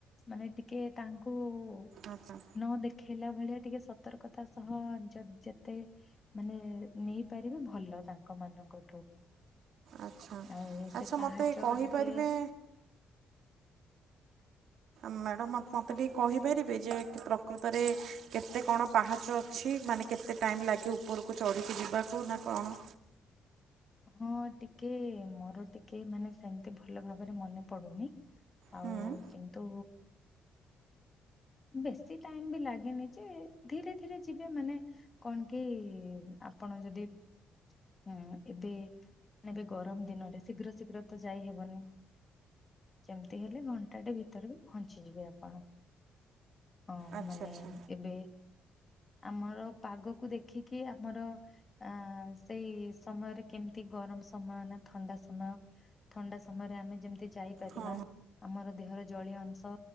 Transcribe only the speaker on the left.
ମାନେ ଟିକେ ତାଙ୍କୁ ନ
ଦେଖ ଖେଲା ଭଳିଆ ଟିକେ ସତର୍କତା ସହ ଯେ ଯେତେ ମାନେ ନେଇପାରିବେ ଭଲ ତାଙ୍କ ମାନଙ୍କଠୁ
ଆଉ ସେ
ପାହାଚ
ଟିକେ
ହଁ ଟିକେ ମୋର ଟିକେ ମାନେ ସେମିତି ଭଲ ଭାବରେ ମନେ ପଡୁନି। ଆଉ
କିନ୍ତୁ ବେଶୀ ଟାଇମ ବି ଲାଗେନି ଯେ ଧୀରେ ଧୀରେ ଯିବେ ମାନେ କଣ କି ଆପଣ ଯଦି ହୁଁ ଏବେ ନେବେ ଗରମ ଦିନରେ ଶୀଘ୍ର ଶୀଘ୍ର ତ ଯାଇ ହେବନି। ଯେମିତି ହେଲେ ଘଣ୍ଟାଟେ ଭିତରେ ବି ପହଞ୍ଚିଯିବେ ଆପଣ ହଁ
ମାନେ
ଏବେ ଆମର ପାଗକୁ ଦେଖିକି ଆମର ଆ ସେଇ ସମୟରେ କେମିତି ଗରମ ସମୟ ନା ଥଣ୍ଡା ସମୟ ଥଣ୍ଡା ସମୟରେ ଆମେ ଯେମିତି ଯାଇପାରିବା।
ଆମର ଦେହର ଜଳୀୟ ଅଂଶ